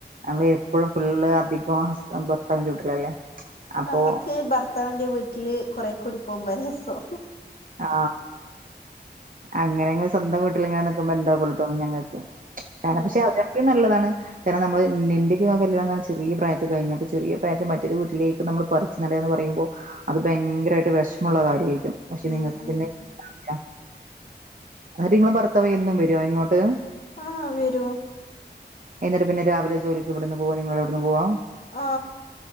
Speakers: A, on the right (about 50°); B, on the left (about 60°).
A: നമ്മള് എപ്പഴും ഫുള്ള് അധികം ഹസ് ഭർത്താവിന്റെ വീട്ടിലല്ലേ. അപ്പോ
B: നമ്മക്ക് ഭർത്താവിന്റെ വീട്ടില് കുറെ കൂടി പോകുമ്പാ രസം.
A: ആ അങ്ങനെങ്ങളെ സ്വന്തം വീട്ടിലിങ്ങനെ നിക്കുമ്പോ എന്തോ പോലെ തോന്നും ഞങ്ങൾക്ക്. കാര പക്ഷെ
B: ആഹ്
A: അവരക്കയും നല്ലതാണ് കാരണം നമ്മള് എന്റൊക്കെ കല്യാണം ചെറിയ പ്രായത്ത് കഴിഞ്ഞു അപ്പ ചെറിയ പ്രായത്തി മറ്റൊരു വീട്ടിലേക്ക് നമ്മള് പറിച്ച് നടു വാന്ന് പറയുമ്പോ അത് ഭയങ്കരായിട്ട് വെഷമൊള്ള കാര്യായിരിക്കും. പക്ഷെ
B: ഉം
A: നിങ്ങക്ക്
B: ഉം
A: പിന്നെ <unintelligible> നിങ്ങളെ ഭർത്താവെന്നും വര്വോ ഇങ്ങോട്ട്?
B: ആ വരും.
A: എന്നിട്ട് പിന്നെ രാവിലെ ജോലിക്ക് ഇവിടുന്ന് പോവോ നിങ്ങടവിടുന്ന് പോവോ?
B: അ